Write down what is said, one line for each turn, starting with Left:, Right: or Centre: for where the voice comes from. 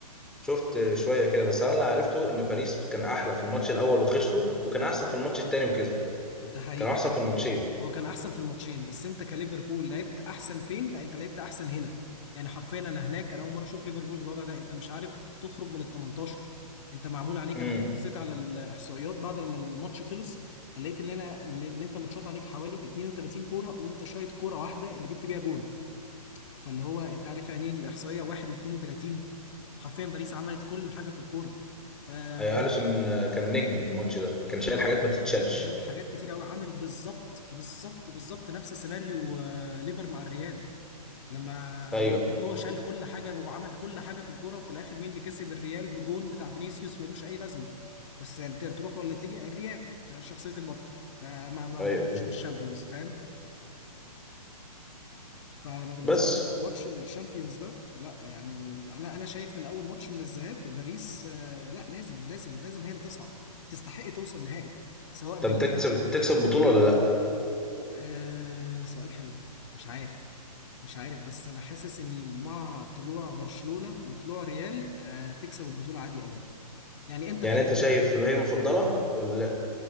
Centre: شفت شوية كده بس انا اللي عرفته ان باريس كان احلى في الماتش الاول وخسروا وكان احسن في الماتش التاني وكسبوا
Left: ده حقيقي
Centre: كان احسن في الماتشين
Left: هو كان احسن في الماتشين بس انت كليفربول لعبت احسن فين لا انت لعبت احسن هنا يعني حرفيا انا هناك انا اول مره اشوف ليفربول بالوضع ده انت مش عارف تخرج من ال 18 انت معمول عليك
Centre: امم
Left: انا بصيت على الاحصائيات بعد لما الماتش خلص لقيت ان انا ان إن انت متشاط عليك حوالي 32 كوره وانت شايط كوره واحده اللي جبت بيها جون فاللي هو انت عارف يعني ايه الاحصائيه 1 ل 32 حرفيا باريس عملت كل حاجه في الكوره آه
Centre: اي اليسون آه، كان نجم الماتش ده كان شايل
Left: آه،
Centre: حاجات ما تتشالش
Left: كان حاجات كتير قوي عامل بالظبط بالظبط بالظبط نفس سيناريو آه ليفر مع الريال لما
Centre: ايوه
Left: لما هو شال كل حاجه وعمل كل حاجه في الكوره وفي الاخر مين اللي كسب الريال بجون بتاع فينيسيوس ملوش اي لازمه بس يعني تر- تروح ولا تيجي الريال آه، شخصيه البطل آه، ما ما
Centre: ايوه
Left: بيتجيش من الشامبيونز فاهم فانا بالنسبه
Centre: بس
Left: لي ماتش الشامبيونز ده لا يعني انا انا شايف من اول ماتش من الذهاب باريس آه، لا لازم لازم لازم هي اللي تصعد تستحق توصل نهائي سواء
Centre: طب
Left: بال
Centre: تكسب تكسب بطولة ولا لا
Left: آه سؤال حلو مش عارف مش عارف بس انا حاسس اني مع طلوع برشلونة وطلوع ريال آه تكسب البطولة عادي قوي يعني انتر
Centre: يعني
Left: خدتها
Centre: انت شايف
Left: قبل كده.
Centre: اللي هي مفضلة ولا لا